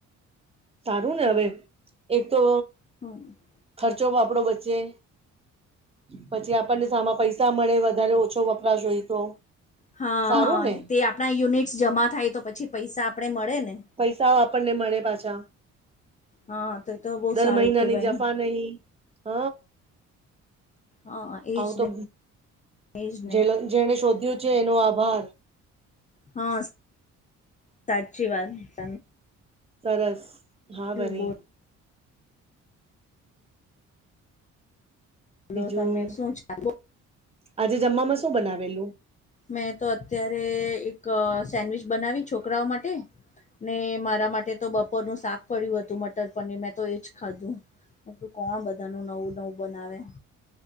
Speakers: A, on the right (about 20°); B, on the left (about 25°).
A: સારું ને હવે એક તો
B: <inaudible>
A: ખર્ચો આપડો વચ્ચે પછી આપણને સામા પૈસા મળે વધારે ઓછો વપરાશઈ હોય તો
B: હા
A: સારું
B: હા
A: ને
B: તે આપણા યુનિટ્સ જમા થાય તો પછી પૈસા આપણે મળે ને
A: પૈસાઓ આપણને મળે પાછા
B: હા તો એ તો બહુ
A: દર
B: સારું
A: મહિનાની
B: કેવાય
A: જફા નહી હ.
B: હા એજ
A: આવું તો
B: ને એજ ને
A: જે જેણે શોધ્યું છે એનો આભાર.
B: હા સાચી વાત ત.
A: સરસ હા વરી
B: બોલો તમે
A: બીજું
B: શું ચાલે?
A: આજે જમવામાં શું બનાવેલું
B: મેં તો અત્યારે એક સેન્ડવીિચ બનાવી છોકરાઓ માટે ને મારા માટે તો બપોરનું શાક પડ્યું હતું મટર પનીર મેં તો એજ ખાધું કોણ બધા નુ નવું નવું બનાવે